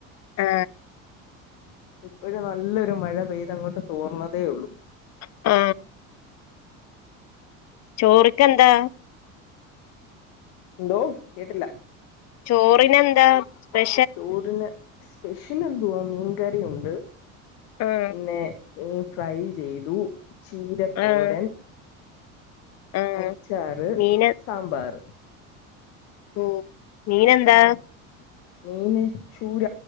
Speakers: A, on the left; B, on the left.
A: ആ
B: ഇപ്പോഴും നല്ലൊരു മഴ പെയ്തങ്ങോട്ട് തോർന്നതേ ഉള്ളു
A: ആ ചോറ്ക്കെന്താ
B: എന്തോ കേട്ടില്ല
A: ചോറിന് എന്താ സ്പെ
B: വുഡിന് സ്പെഷ്യലെന്തുവാ മീൻകറി ഉണ്ട്
A: ആഹ്
B: പിന്നെ മീൻ ഫ്രൈ ചെയ്തു ചീരത്തോരൻ
A: ആഹ് ആഹ്
B: അച്ചാറ്
A: മീന്
B: സാമ്പാറ്
A: ഉം മീനെന്താ
B: ഉം മീന് ചൂര